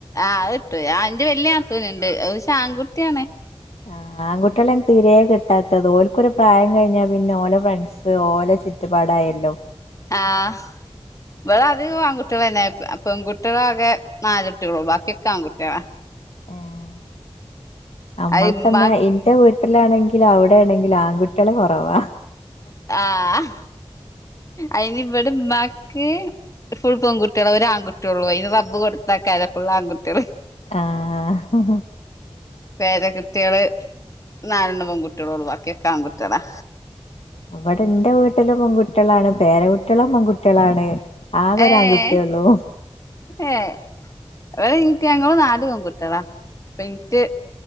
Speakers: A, on the left (about 30°); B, on the left (about 75°).
A: ആഹ് അ കിട്ടോ ആ എന്റെ വല്യ നാത്തൂനുണ്ട് അത് പക്ഷേ ആൺ കുട്ടിയാണ്
B: ആഹ് ആൺ കുട്ടിയോളെ തീരെ ത്തത് ഓൽക്കൊരു പ്രായം കഴിഞ്ഞാ പിന്നെ ഓലെ ഫ്രണ്ട്സ് ഓലെ ചുറ്റുപാടായല്ലോ
A: ആഹ് ഇവിടെ അധികും ആൺകളെന്നെ പെൺകുട്ടികളാകെ നാലുട്ടികളള്ളൂ ബാക്കിയൊക്കെ ആൺകുട്ടികളാ
B: ഏഹ് നമ്മൾക്കന്നാ
A: അത് ഇമ്മാ
B: ഇന്റെ വി വീട്ടിലാണെങ്കിലും അവടെ ണെങ്കിലും ആൺകുട്ടികള് കുറവാ
A: ആഹ് അയ്നിവടെ മ്മാക്ക് ഫുൾ പെൺുട്ടികള ഒരു ആൺകുട്ടിയള്ളൂ അതിന് റബ് കൊടുത്താക്കാരും ഫുള് ആൺകുട്ടികള്
B: ആഹ്
A: പേര കുട്ട്യാള് നാലെണ്ണ പെൺകുട്ടികളോള്ളൂ വാക്കിയൊക്കെ ആൺകുട്ടികളാ
B: അവിടെ ഇന്റെ വീട്ടിലും പെൺകുട്ടികളാണ് പേരെ വീട്ടിലും പെൺകുട്ടികളാണ് ആകെ
A: ഏഹ്
B: ഒരു ആൺകുട്ടിയേ ഉള്ളൂ
A: ഏഹ് ഇടെ ഇന്ക്ക് ഞങ്ങുള് നാല് പെൺകുട്ടളാ ഇപ്പൊ ഇന്ക്ക്